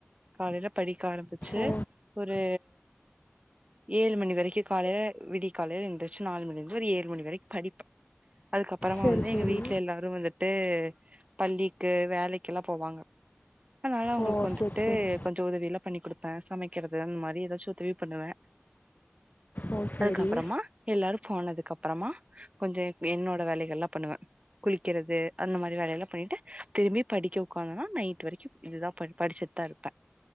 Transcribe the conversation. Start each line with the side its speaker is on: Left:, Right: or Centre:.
Right: காலையில படிக்க ஆரம்பிச்சு
Left: ஓ
Right: ஒரு ஏழு மணி வரைக்கு காலையில விடி காலைய இருந்திரச்சு நாலு மணி இருந்து ஒரு ஏழு மணி வரைக்கு படிப்ப அதுக்கப்புறமா
Left: சரி
Right: வந்து
Left: சரி
Right: எங்க வீட்ல எல்லாரு வந்து ட்டு பள்ளிக்கு வேலைக்குல்லா போவாங்க அதனால அவங்களுக்கு
Left: ஓ
Right: வந்துட்டு
Left: சரி சரி
Right: கொஞ்சோ உதவியில்லா பண்ணி குடுப்ப ன் சமைக்கிறது அந்த மாரி எதாச்சு உதவி பண்ணுவே
Left: ஓ சரி
Right: அதுக்கப்புறமா எல்லாரு போனதுக்கு அப் அப்புறமா கொஞ்சோ என்னோட வேலைகள்லா பண்ணுவே குளிக்கிறது அந்த மாரி வேலையெல்லா பண்ணிட்டு திரும்பி படிக்க உட்காந்தனா நைட் வரைக்கு இதுதா ப படிச்சுட்டு தா இருப்ப